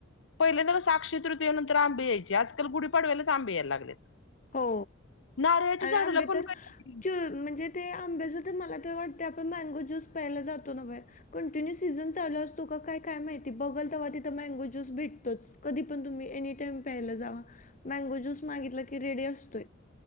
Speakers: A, on the left (about 75°); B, on the left (about 40°).
A: पहिले तर साक्षी तृतीयन नंतर आंबी यायची आजकाल गुढी पाडवायला आंबे यायला लागलेत.
B: हो
A: नारळाच्या
B: आणि
A: झाडाला
B: आंबे
A: पण
B: तर
A: काय
B: चूर म्हणजे. ते आंब्याचं तर मला ते वाटते आपण मँगो ज्यूस प्यायला जातो ना बाहेर. कंटिन्यू सीझन चालू असतो काय काय माहिती बघलताव्हा तिथं मँगो ज्यूस भेटतोच. कधी पण तुम्ही अनिताईम पायाला जावा मँगो ज्यूस मागितल की रेडी असतो